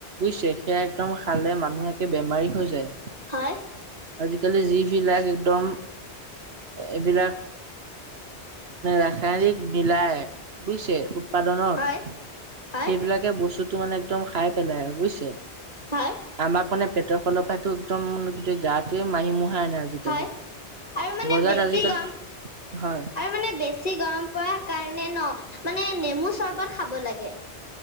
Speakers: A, on the right; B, on the left.
A: ছে সেয়া একদম খালে মানুহ একে বেমাৰী হৈ যায়
B: হয়
A: আজিকালি যিবিলাক একদম এইবিলাক ৰাসায়নিক মিলায় বুইছে উৎপাদনত
B: হয়, হয়,
A: সেইবিলাকে বস্তুতটো মানে একদম খ পেলাই বুইছে
B: হয়,
A: আমাৰ মানে পেটৰ ফালৰ পৰাটো একদম গোটেই গাত তেই মাহি মোহাই আনে আজিকালি
B: হয় আৰু মানে
A: বজাৰত
B: বেছি
A: আজিকালি
B: গৰম
A: হয়
B: আৰু মানে বেছি গৰম পাৰ কাৰণে ন মানে নেমু চৰ্বত খাব লাগে